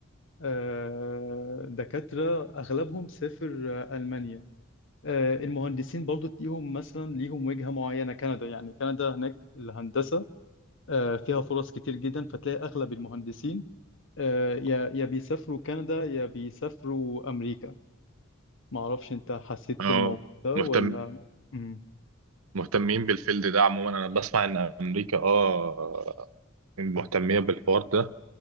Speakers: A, on the left; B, on the right.
A: آه، دكاترة اغلبهم سافر آه، المانيا آه، المهندسين برضو ليهم مثلا ليهم وجهة معينة كندا يعني كندا هناك الهندسة آه، فيها فرص كتير جدا فتلاقي اغلب المهندسين آه، يا يا بيسافروا كندا يا بيسافروا امريكا ما اعرفش انت حسيت
B: اه
A: بالموضوع ده ولا
B: مهتم
A: مم.
B: مهتمين بالفيلد ده عموما انا بسمع ان امريكا اه مهتميه بالحوار ده